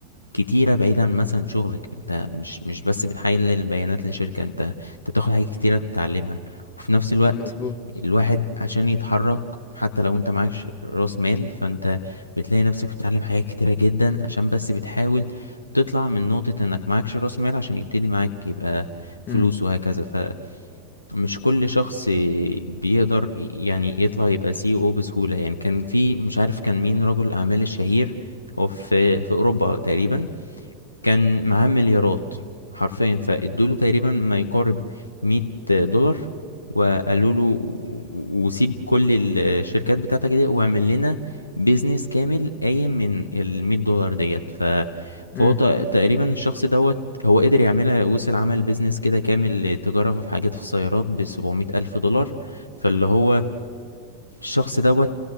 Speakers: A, on the left; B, on the left.
A: كتيرة بعيدا عن مثلا شغلك انت مش مش بس بتحلل بيانات لشركة انت انت بتاخد حاجات كتيرة تتعلمها وفي نفس الوقت
B: مظبوط
A: الواحد عشان يتحرك حتى لو انت معكش راس مال فانت بتلاقي نفسك بتتعلم حاجات كتيرة جدا عشان بس بتحاول تطلع من نقطة انك معكش راس مال عشان يبتدي معاك يبقى فلوس
B: امم
A: وهكذا مش كل شخص بيقدر يعني يطلع يبقى سي او بسهولة يعني كان في مش عارف كان مين رجل الأعمال الشهير هو في في أوروبا تقريبا كان معاه مليارات حرفيا فادوله تقريبا ما يقارب 100 دولار وقالوا له و- وسيب كل الشركات بتاعتك دي واعمل لنا بيزنس كامل قايم من ال 100 دولار ديت ف فهو
B: امم
A: ت- تقريبا الشخص دوت هو قدر يعملها وصل عمل بيزنس كده كامل تجارة في حاجات في السيارات ب 700 ألف دولار فاللي هو الشخص دوت